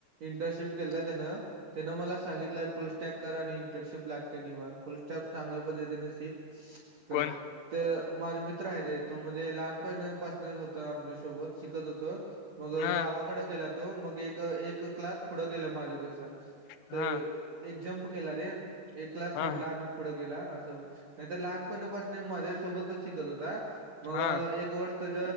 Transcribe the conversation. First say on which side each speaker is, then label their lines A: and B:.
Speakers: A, on the right; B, on the left.
A: इंटर्नशिप केलता त्याना त्यानं मला सांगितलाय फुलस्टाग करा आणि इंटरशिप ब्लॅक च निवाह फुल स्टप चांगल्या पद्धतीने सिक
B: कोण
A: कर ते माझा मित्र आहे रे तो म्हणजे लहान होत आमच्या सोबत शिकत होत मग
B: हा
A: गावा कडे गेला तो मग एक एक क्लास पुढं गेला माझ्यापेक्षा
B: हा
A: ते एक जम्प केला रे एक क्लास
B: हा
A: सोडला आणि पुढं गेला असं नाही तरर लहानपणीपासून माझ्या सोबतच शिकत होता मग
B: हा
A: एक तुझ